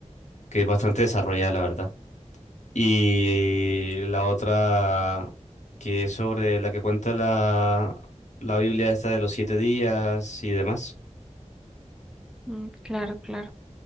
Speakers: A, on the left (about 70°); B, in the centre.
A: que es bastante desarrollada, la verdad. Y la otra, que es sobre la que cuenta la, la Biblia esta de los siete días y demás.
B: Mm, claro, claro.